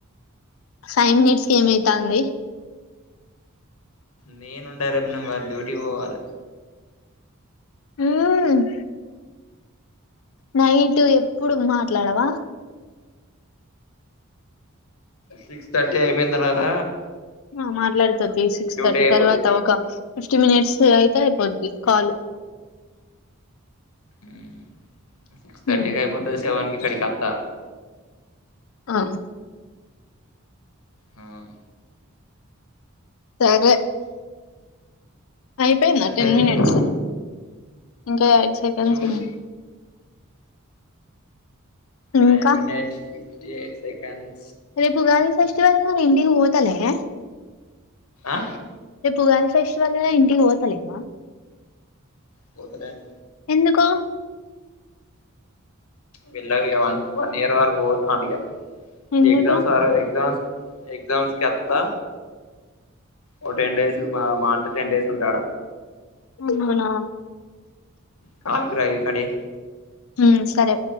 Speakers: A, on the left; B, on the left.
A: ఫైవ్ మినిట్స్‌ కి ఏమైతంది
B: నేనుండా రేపు నేనుమరి డ్యూటీకి పోవాలి
A: ఉమ్మ్మ్ నైట్ ఎప్పుడు మాట్లాడవా
B: సిక్స్ థర్టీ అయిపోయిన తర్వాత
A: ఆ మాట్లాడుతా తి సిక్స్
B: డ్యూటీ
A: థర్టీ
B: అయిపోతది
A: తర్వాత ఒక ఫిఫ్టీ మినిట్స్ అయితే అయిపోద్ది కాల్
B: మ్మ్ సిక్స్ థర్టీకి
A: హ్మ్
B: అయిపోతది సెవెన్ కి ఇక్కడికి అత్తా
A: అ
B: మ్మ్
A: సరే అయిపోయిందా
B: సరే
A: టెన్
B: లేండి
A: మినిట్స్ ఇంకా ఎయిట్ సెకండ్స్
B: చూడు
A: ఉన్నాయ్
B: నైన్
A: ఇంకా
B: మినిట్ ఫిఫ్టీ ఎయిట్ సెకెండ్
A: రేపు ఉగాది ఫేస్ట్ కదా మరి ఇంటికి పోతలేరా
B: ఆ
A: రేపు ఉగాది ఫేస్ట్ కదా ఇంటికి పోతలేవా
B: పోతలేను
A: ఎందుకో
B: వెళ్ళవిగ వన్ వన్ ఇయర్ వరకు పోను అటిగా
A: ఎందుకు
B: ఎగ్జామ్స్ వర ఎగ్జామ్స్ ఎగ్జామ్స్ కి అత్తా ఓ టెన్ డేస్ మ మాహ అంటే టెన్ డేస్ ఉంటా ఆడ
A: మ్మ్ అవునా
B: కాన్కుర్ ఐడి కార్డు ఇ
A: హ్మ్ సరే